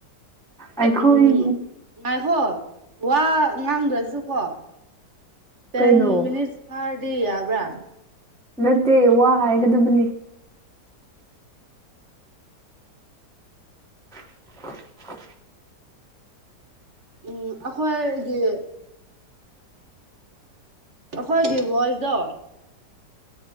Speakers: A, in the centre; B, on the right.
A: ꯑꯩꯈꯣꯏ
B: ꯎꯝ ꯉꯥꯏꯈꯣ ꯋꯥ ꯉꯥꯡꯗ꯭ꯔꯁꯨ ꯀꯣ ꯇꯦꯟ
A: ꯀꯩꯅꯣ
B: ꯃꯠ ꯐꯔ ꯗꯤ ꯌꯥꯕ꯭ꯔꯥ
A: ꯅꯠꯇꯦ ꯋꯥ ꯍꯥꯏꯒꯗꯕꯅꯤ <unintelligible>
B: ꯎꯝ ꯑꯩꯈꯣꯏꯒꯤ ꯑꯩꯈꯣꯏꯒꯤ ꯚꯣꯏꯁꯗꯣ